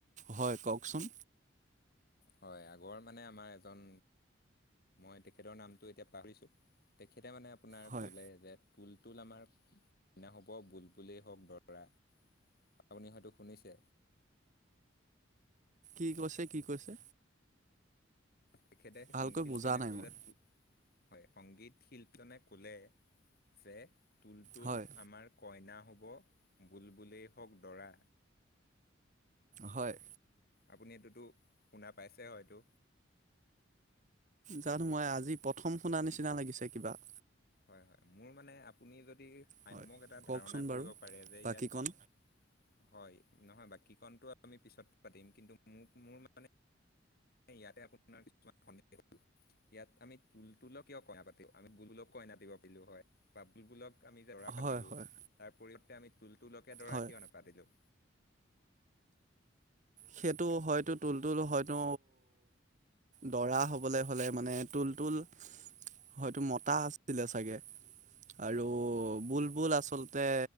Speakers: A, on the right; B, on the left.
A: হয়, কওকচোন।
B: হয়, আগৰ মানে আমাৰ এজন মই তেখেতৰ নামটো এতিয়া পাহৰিছোঁ, তেখেতে মানে আপোনাৰ
A: হয়
B: কলে যে তুলতুল আমাৰ কইনা হ'ব, বুলবুলেই হওক দৰা। আপুনি হয়তো শুনিছে।
A: কি কৈছে? কি কৈছে?
B: তেখেতে
A: ভালকৈ
B: সংকীলজনে
A: বুজা নাই
B: ক'লেটো।
A: মই
B: হয়, সংগীত শিল্পজনে ক'লে যে তুলতুল
A: হয়
B: আমাৰ কইনা হ'ব, বুলবুলেই হওক দৰা।
A: হয়।
B: আপুনি এইটোতো শুনা পাইছে হয়টো?
A: জানো মই আজি প্ৰথম শুনা নিচিনা লাগিছে কিবা।
B: হয়, হয়। মোৰ মানে আপুনি যদ সাম্যক
A: হয়
B: এটা
A: কওকচোন
B: ধাৰণা কৰিব
A: বাৰু
B: পাৰে যে
A: বাকীকণ
B: ইয়াত হয়। নহয় বাকীকণটো আমি পিছত পাতিম। কিন্তু মোক মোৰ মানে ইয়াতে আপোনাৰ কিছুমান <unintelligible> ইয়াত আমি তুলতুলক কিয় কইনা পাতিম? আমি বুলবুলক কইনা দিব পাৰিলো হয় বা বুলবুলক আমি দৰা
A: হয়
B: পাতিলো,
A: হয়
B: তাৰ পৰিৱৰ্তে আমি তুলতুলকে দৰা
A: হয়
B: কিয় নাপাতিলো?
A: সেইটো হয়তো তুলতুল হয়তো দৰা হবলে হলে মানে তুল তুল হয়তো মতা আছিলে চাগে। আৰু বুলবুল আচলতে